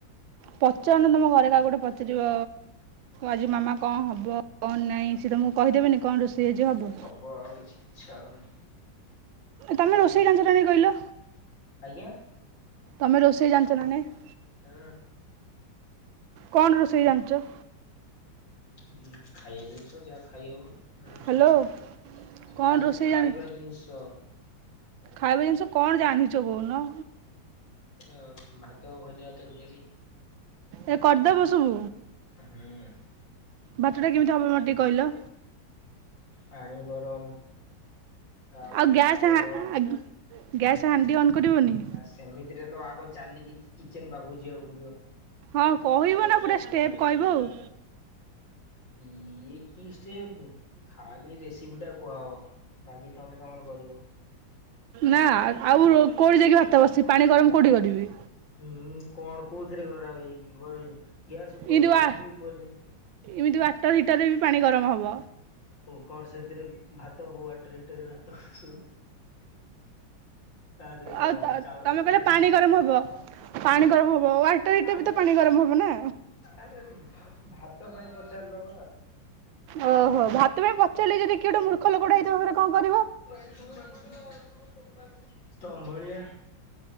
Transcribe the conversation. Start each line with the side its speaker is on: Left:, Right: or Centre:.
Right: ପଚାରୁନ ତମ ଘରେ କାହାକୁ ଗୋଟେ ପଚାରିବ! ଆଜି ମାମା କଣ ହବ କଣ ନାହିଁ? ସେ ତମକୁ କହିଦେବେନି କଣ ରୋଷେଇ ଆଜି ହବ?
Left: ବ ଆଉ କିଛି, ଇଚ୍ଛା ହଉନି।
Right: ତମେ
Left: ଯାହା
Right: ରୋଷେଇ
Left: ହେଲେ
Right: ଜାଣିଛ
Left: ହବ
Right: ନା ନାଇଁ କହିଲ?
Left: ଆଜ୍ଞା
Right: ତମେ ରୋଷେଇ ଜାଣିଛ ନା ନାଇଁ?
Left: ହୁଁ।
Right: କଣ ରୋଷେଇ ଜାଣିଛ?
Left: ହୁଁ, ଖାଇବା ଜିନିଷ ଯାହା ଖାଇ ହବ। ସେରା ରୋଷେଇ
Right: ହ୍ୟାଲୋ
Left: କରିବ।
Right: କଣ
Left: ଆରେ
Right: ରୋଷେଇ
Left: ଖାଇବା
Right: ଜାଣି
Left: ଜିନିଷ।
Right: ଖାଇବା ଜିନିଷ କଣ ଜାଣିଛ କହୁନ?
Left: ଆ, ଭାତ, ଭଜା, ତରକାରୀ।
Right: ଏ କରିଦବ ସବୁ।
Left: ହୁଁ।
Right: ଭାତ ଟା କେମିତି ହବ ମୋତେ ଟିକେ କହିଲ?
Left: ପାଣି ଗରମ। ତାପରେ
Right: ଆଉ, ଗ୍ୟାସ୍
Left: ଚାଉଳ
Right: ହା ଆଁ-ଗ୍ ଗ୍ୟାସ୍ ହାଣ୍ଡି ଅନ୍ କରିବନି?
Left: ଆ ସେମିତିରେ ତ ଆଗ ଚାଲିକି କିଚେନ୍ ପାଖକୁ ଯିବାକୁ ପଡିବ!
Right: ହଁ, କହିବ ନା ପୁରା ଷ୍ଟେପ୍ କହିବ ଆଉ।
Left: ଇଏ କି ଷ୍ଟେପ୍! ଖାଲି ରେସିପି ଟା କୁହାହବ। ବାକି ତମେ ତମର କରିବ।
Right: ନାଁ, ଆ-ଆଉ କୋଉଠି ଯାଇକି ଭାତ ବସିି, ପାଣି ଗରମ କୋଉଠି କରିବି?
Left: ହୁଁ, କଣ କୋଉଥିରେ କରା ହୋଇ ଗଏ ଗ୍ୟାସ୍ ଉପରେ,
Right: ଏମିତି ଆ
Left: ଚୁଲି ଉପରେ।
Right: ଏମିତି ୱାଟର ହିଟରରେ ବି ପାଣି ଗରମ ହବ
Left: ଓ କଣ ସେଥିରେ ଭାତ ହବ, ୱାଟର୍ ହିଟରରେ ଭାତ ବସିବ। ଦେହରେ କଣ
Right: ଆଉ ତ
Left: ଚାଉଳ
Right: ତମେ
Left: ପୁରେଇ
Right: କହିଲ,
Left: ଦେଇକି
Right: ପାଣି ଗରମ ହବ। ପାଣି ଗରମ ହବ, ୱାଟର ହିଟର୍
Left: ଆରେ
Right: ବି ତ ପାଣି ଗରମ ହବ ନା!
Left: ଆରେ ଭା-ଭାତ ପାଇଁ ପଚାରିଲ ବା।
Right: ଓହୋ! ଭାତ ପାଇଁ ପଚାରିଲି ଯଦି, କିଏ ଗୋଟେ ମୂର୍ଖ ଲୋକ ଟା ହେଇଥିବ ଫେରେ କଣ କରିବ?
Left: ତମ ଭଳିଆ।